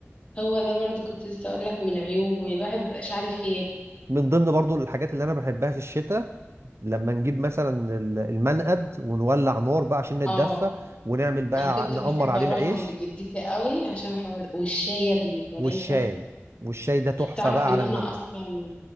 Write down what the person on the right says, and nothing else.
من ضمن برضو الحاجات اللي انا بحبها في الشتاء لما نجيب مثلا ال- المنقد ونولع نار بقى عشان نتدفى
ونعمل بقى
ع- نقمر
عليه
العيش
والشاي
والشاي ده تحفة
بقى
على المنقد